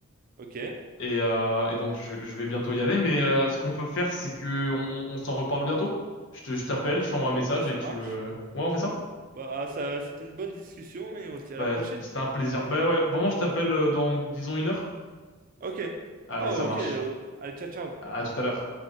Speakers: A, on the right; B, on the left.
A: Ok.
B: Et, euh, et donc, je, je vais bientôt y aller. Mais euh, ce qu'on peut faire, c'est que on, on- on s'en reparle bientôt. Je te, je t'appelle, je t'envoie un message
A: Ouais, ça
B: et tu
A: marche.
B: me... Ouais, on fait ça?
A: Bah, ça, c'était une bonne discussion et on se dit à
B: Bah,
A: la prochaine.
B: c'était un plaisir. Bah ouais, vraiment, je t'appelle euh, dans, disons, une heure.
A: Ok.
B: Allez,
A: Oh,
B: ça marche.
A: ok. euh, Allez, ciao, ciao.
B: À tout à l'heure.